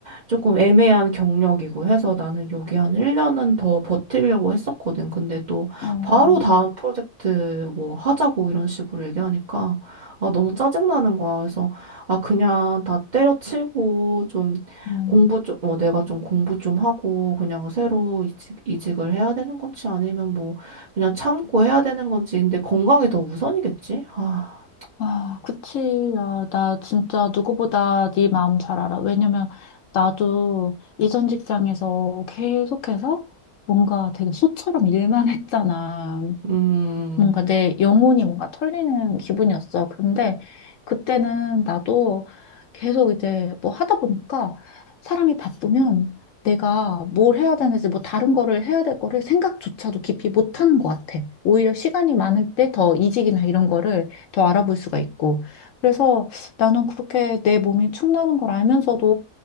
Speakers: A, on the right (about 40°); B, on the left (about 65°).
A: 조금 애매한 경력이고 해서 나는 여기 한 1년은 더 버티려고 했었거든. 근데 또
B: 어,
A: 바로 다음 프로젝트 뭐 하자고 이런 식으로 얘기하니까 아, 너무 짜증나는 거야. 그래서 아, 그냥 다 때려치고 좀
B: 음.
A: 공부 좀, 어, 내가 좀 공부 좀 하고 그냥 새로 이직, 이직을 해야 되는 건지 아니면 뭐 그냥 참고 해야 되는 건지. 근데 건강이 더 우선이겠지? 아,
B: 아, 그치. 야, 나 진짜 누구보다 네 마음 잘 알아. 왜냐면 나도 이전 직장에서 계속해서 뭔가 되게 소처럼 일만 했잖아.
A: 음.
B: 뭔가 내 영혼이 뭔가 털리는 기분이었어. 근데 그때는 나도 계속 이제 뭐 하다 보니까 사람이 바쁘면 내가 뭘 해야 되는지 뭐 다른 거를 해야 될 거를 생각조차도 깊이 못 하는 것 같아. 오히려 시간이 많을 때 더 이직이나 이런 거를 더 알아볼 수가 있고. 그래서 나는 그렇게 내 몸이 축나는 걸 알면서도